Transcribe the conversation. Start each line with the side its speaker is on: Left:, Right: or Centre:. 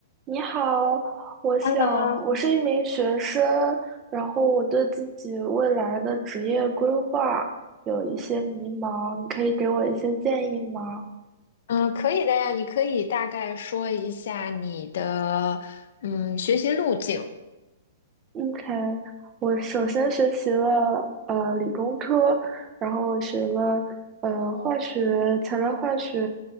Right: 你好，我想我是一名学生，
Left: Hello，
Right: 然后我对自己未来的职业规划有一些迷茫，你可以给我一些建议吗？
Left: 嗯，可以的呀，你可以大概说一下你的嗯学习路径。
Right: OK，我首先学习了呃理工科，然后我学了呃化学、材料化学，